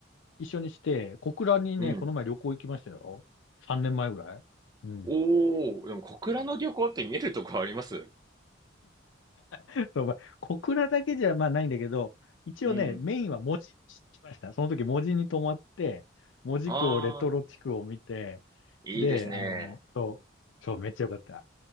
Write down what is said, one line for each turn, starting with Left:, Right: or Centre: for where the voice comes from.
Left: 一緒にして、小倉にね、
Right: うん。
Left: この前旅行行きましたよ。3年前ぐらい。うん。
Right: おー、でも小倉の漁港って見るとこあります
Left: <laughs> そう、まあ小倉だけじゃまあないんだけど、一応ね、
Right: うん。
Left: メインは門司にしました。その時門司に泊まって、門司港レトロ地区を見て、
Right: ああ、いいですね。
Left: で、あの、そう、そう、めっちゃ良かった。